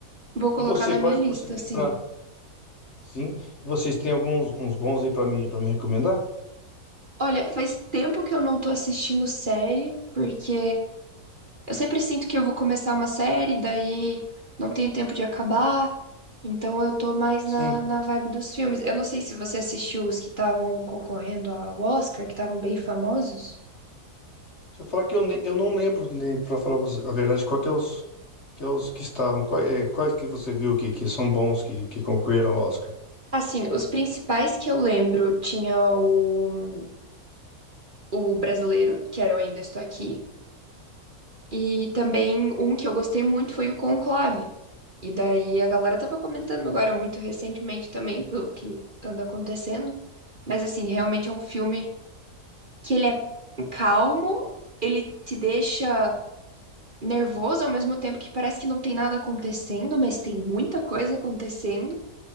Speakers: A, on the right; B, on the left.
A: Vou colocar
B: E você,
A: na
B: quais
A: minha lista,
B: que você tem
A: assim.
B: pra. Sim, vocês têm alguns uns bons aí pra mim, para me recomendar?
A: Olha, faz tempo que eu não tô assistindo série, porque Eu sempre sinto que eu vou começar uma série, daí não tenho tempo de acabar. Então eu tô mais
B: Sim.
A: na, na vibe dos filmes. Eu não sei se você assistiu os que estavam concorrendo ao Oscar, que estavam bem famosos.
B: Deixa eu falar que eu, nem- eu não lembro, nem, para falar você a verdade, qual que é os que, é os que estavam, quais, é, quais que você viu que, que são bons, que, que concorreram ao Oscar.
A: Assim, os principais que eu lembro tinha o, o brasileiro, que era o Ainda Estou Aqui, e também um que eu gostei muito foi o Conclave. E daí a galera tava comentando agora muito recentemente também pelo que anda acontecendo, mas assim, realmente é um filme que ele é calmo, ele te deixa nervoso ao mesmo tempo que parece que não tem nada acontecendo, mas tem muita coisa acontecendo.